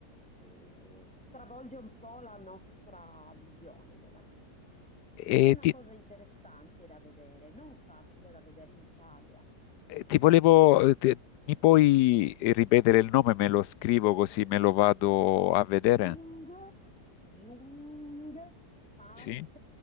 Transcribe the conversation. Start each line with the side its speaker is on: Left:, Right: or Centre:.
Centre: eh, stravolge un po' la nostra visione della pittura. È
Left: E
Centre: una
Left: ti,
Centre: cosa interessante da vedere, non facile da vedere in Italia.
Left: eh, ti volevo, ti- mi puoi ripetere il nome? Me lo scrivo così me lo vado a vedere?
Centre: Jung, Jung, Park,
Left: Sì?